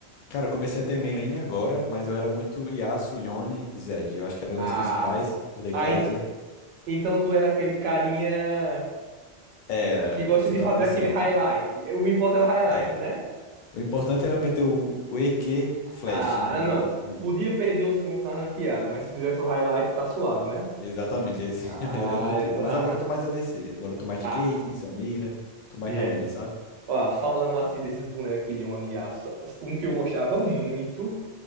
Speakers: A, on the left (about 55°); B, on the right (about 75°).
A: cara, eu comecei a ter main lane agora, mas eu era muito Yasuo, Yone e Zed. Eu acho que eram
B: Ah,
A: umas principais. Mordekaiser.
B: ah, en- então tu era aquele carinha
A: Era,
B: que
A: o
B: gosta
A: que você
B: de
A: tá
B: fazer
A: pensando.
B: aquele highlight. O importante é o highlight,
A: É.
B: né?
A: O importante era meter o, o EQ Flash
B: Ah,
A: no-
B: não,
A: nos
B: não.
A: inimigos.
B: Podia perder os pontos na ranqueada, mas se fizesse o highlight, tá suave, né?
A: Exatamente, esse
B: Ah,
A: <laughs> era o meu tipo.
B: exato.
A: Mas agora eu tô mais
B: <laughs>
A: ADC. Agora eu tô mais de
B: Ah,
A: Caitlyn, Samira. Tô mais
B: e
A: na
B: é.
A: minha, sabe?
B: Ó, falando assim desses bonecos Yone e Yasuo, um que eu gostava muito.